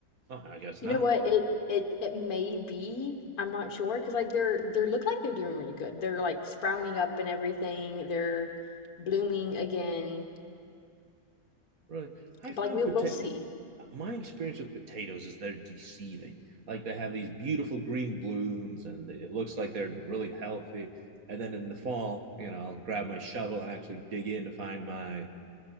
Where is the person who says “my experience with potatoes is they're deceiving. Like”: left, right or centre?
Right